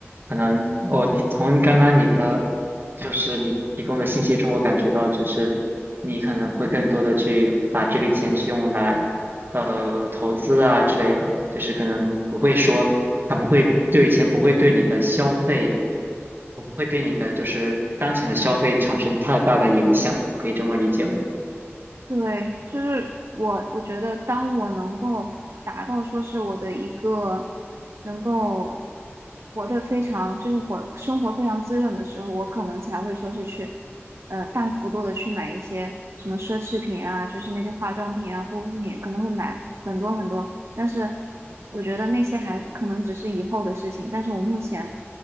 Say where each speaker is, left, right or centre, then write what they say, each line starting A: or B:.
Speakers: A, on the right; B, on the right.
A: 可能我提从刚刚你的，就是你提供的信息中，我感觉到就是你可能会更多的去把这笔钱去用来，呃，投资啊之类的，就是可能不会说它不会这笔钱不会对你的消费，不会对你的就是当前的消费产生太大的影响，可以这么理解吗？
B: 对，就是我，我觉得当我能够达到说是我的一个能够活得非常，就是活生活非常滋润的时候，我可能才会说是去，呃，大幅度的去买一些什么奢侈品啊，就是那些化妆品啊、护肤品，可能会买很多很多。但是我觉得那些还可能只是以后的事情。但是我目前，